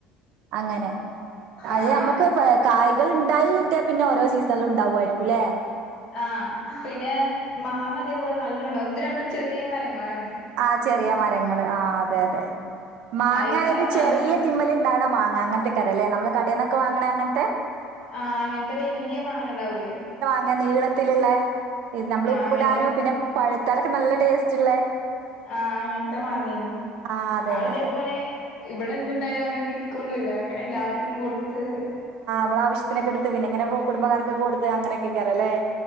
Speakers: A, on the right (about 55°); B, on the left (about 40°).
A: അങ്ങനെ അഹ്നമ്മക്ക്
B: ആഹ്
A: കായ്കൾ ഇണ്ടായി കിട്ടിയ പിന്നെ ഓരോ സീസണിലും ഉണ്ടാവുയിരു ക്കല്ലേ
B: ആ പിന്നെ മാങ്ങ തെ പോലെ നല്ലോം ഇണ്ടാവും ഇത് രണ്ടും ചെറിയ മരങ്ങളാണ്
A: ആ ചെറിയ മരങ്ങള് ആ അതെ അതെ മാങ്ങായാലും
B: അയിമെ നല്ലോം
A: ചെറിയ ഇത് മ്മല് ഇണ്ടാ വ്ണ മാങ്ങ അങ്ങൻത്തെക്കാരെല്ലേ നമ്മളെ കടേന്നക്ക വാങ്ങണ അങ്ങൻത്തെ
B: അങ്ങനത്തെ വലിയ മാങ്ങണ്ടാവൂലെ
A: ങ്ങ നീളത്തില്ള്ളെ നമ്മള് ഉപ്പ്ടാനും
B: അങ്ങനത്തെ
A: പിന്നെ പഴ് ഇട്ടാലക്ക നല്ല ടേസ്റ്റ് ഇള്ളെ
B: ആ അങ്ങൻത്തെ മാങ്ങെന്നു
A: ആഹ് അതന്നെ
B: അഹ്‌ ഇതെപോലെ
A: അതെ
B: ഇവിടെ എന്ത്ണ്ടായാലും അങ്ങനെ വിക്കെന്നുല്ല അങ്ങനെ എല്ലാര്ക്കും കൊട്‌ത്തു
A: നമ്മള ആശ്യത്തിനെക്കെ എട്ത്ത് പിന്നെ ഇങ്ങനെ കു കുടുംബക്കാർക്കൊക്കെ കൊടുത്ത് അങ്ങനെയെക്കെക്കാരെല്ലേ